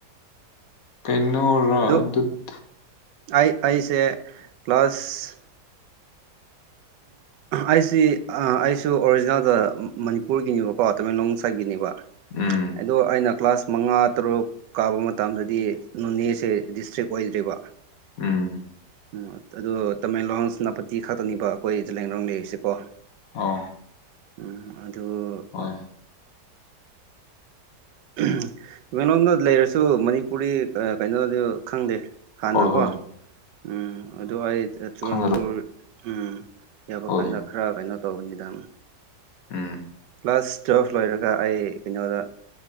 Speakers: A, on the left (about 60°); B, on the right (about 80°).
A: ꯀꯩꯅꯣꯔ
B: ꯑꯗꯨ
A: ꯑꯗꯨꯠ
B: ꯑꯩ ꯑꯩꯁꯦ ꯀ꯭ꯂꯥꯁ ꯑꯩꯁꯤ ꯑꯩꯁꯨ ꯑꯣꯔꯤꯖꯤꯅꯦꯜꯗ ꯃꯅꯤꯄꯨꯔꯒꯤꯅꯦꯕꯀꯣ ꯇꯃꯦꯡꯂꯣꯡ ꯁꯥꯏꯠꯀꯤꯅꯦꯕ
A: ꯎꯝ
B: ꯑꯗꯣ ꯑꯩꯅ ꯀ꯭ꯂꯥꯁ ꯃꯉꯥ ꯇꯔꯨꯛ ꯀꯥꯕ ꯃꯇꯝꯗꯗꯤ ꯅꯣꯅꯦꯁꯦ ꯗꯤꯁꯇ꯭ꯔꯤꯛ ꯑꯣꯏꯗ꯭ꯔꯤꯕ
A: ꯎꯝ
B: ꯎꯝ ꯑꯗꯣ ꯇꯃꯦꯡꯂꯣꯡ ꯁꯦꯅꯥꯄꯇꯤ ꯈꯛꯇꯅꯦꯕ ꯑꯩꯈꯣꯏ ꯖꯥꯔꯥꯏꯔꯣꯝ ꯂꯩꯔꯤꯁꯦꯀꯣ
A: ꯑꯣ
B: ꯎꯝ ꯑꯗꯨꯗꯣ
A: ꯍꯣꯏ
B: <unintelligible> ꯇꯥꯃꯦꯂꯣꯡꯗ ꯂꯩꯔꯁꯨ ꯃꯅꯤꯄꯨꯔꯤ ꯀꯩꯅꯣꯗꯤ ꯈꯪꯗꯦ ꯍꯥꯟꯅꯀꯣ
A: ꯍꯣꯏ ꯍꯣꯏ
B: ꯎꯝ ꯑꯗꯨ ꯑꯩ ꯆꯨꯔꯥꯟꯄꯨꯔ
A: ꯈꯪꯅꯔ
B: ꯎꯝ ꯌꯥꯕ
A: ꯍꯣꯏ
B: ꯀꯥꯟꯗ ꯈꯔ ꯀꯩꯅꯣ ꯇꯧꯕꯅꯤꯗ
A: ꯎꯝ
B: ꯀ꯭ꯂꯥꯁ ꯇꯨꯌꯦꯦꯜꯐ ꯂꯣꯏꯔꯒ ꯑꯩ ꯀꯩꯅꯣꯗ